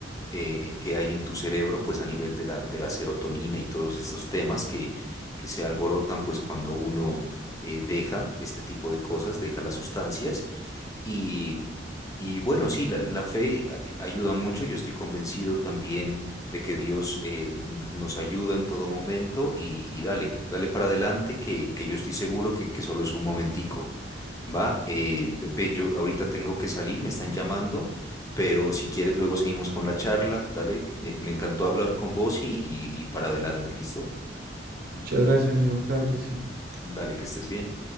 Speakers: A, on the left; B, on the right.
A: eh, que hay en tu cerebro, pues a nivel de la, de la serotonina y todos estos temas que, que se alborotan, pues cuando uno eh, deja este tipo de cosas, deja las sustancias. Y, y bueno, sí, la, la fe a- ayuda mucho. Yo estoy convencido también de que Dios eh, n- nos ayuda en todo momento y, y dale, dale para adelante que, que yo estoy seguro que, que solo es un momentico. Va, eh, ve, yo ahorita tengo que salir, me están llamando, pero si quieres luego seguimos con la charla, dale, me, me encantó hablar con vos y, y y para adelante, ¿listo?
B: Muchas gracias, amigo. Claro que sí.
A: Dale, que estés bien.